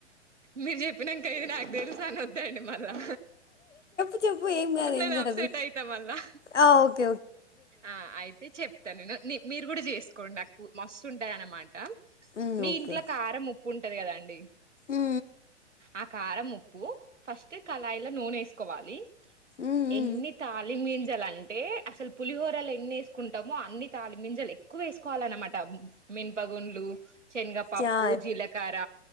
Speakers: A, on the right (about 85°); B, on the left (about 80°).
A: మీరు చెప్పినంక, అయ్యో నాకు తెలుసు అనొద్దండి మళ్ళా.
B: చెప్పు. ఏం కాదు.
A: నేను
B: ఏం కాదు.
A: అప్సెట్ అయితా మళ్ళా
B: ఆ ఓకె.
A: ఆ అయితే చెప్తా నేను. మీ మీరు కూడా చేసుకోండి నాకు మస్తుంటదన్నమా ట.
B: ఊ
A: మీ
B: ఓకే
A: ఇంట్లో కారం, ఉప్పు ఉంటది కదా అండి!
B: ఊ
A: ఆ కారం, ఉప్పు. ఫస్ట్ కళాయిలో నూనేసుకోవాలి.
B: ఊ ఊ
A: ఎన్ని
B: ఊ
A: తాలిమింజలంటే, అసలు పులిహోరల ఎన్ని వేసుకుంటామో, అన్ని తాళిమింజలు ఎక్కువ వేసుకోవాలన్నమాట. మిన్పగుండ్లు శనగపప్పు,
B: చా
A: జీలకర్ర,